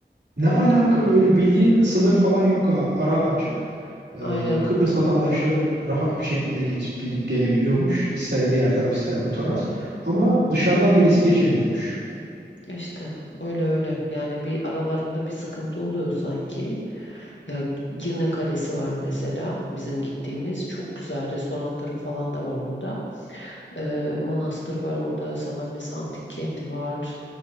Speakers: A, on the right (about 70°); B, on the left (about 85°).
A: Ne
B: Evet
A: alaka
B: öyle.
A: böyle bildiğin sınır falan yok ha. Ara açık. Ee,
B: Aynen.
A: Kıbrıs vatandaşları rahat bir şekilde geçip gidip gelebiliyormuş. İster diğer taraf ister bu taraf. Ama dışarıdan birisi geçemiyormuş.
B: işte öyle öyle. Yani bir aralarında bir sıkıntı oluyor sanki. Ya Girne Kalesi var mesela bizim gittiğimiz. Çok güzel restoranları falan da var orada. Ee, manastır var orada. Salamis Antik Kenti var.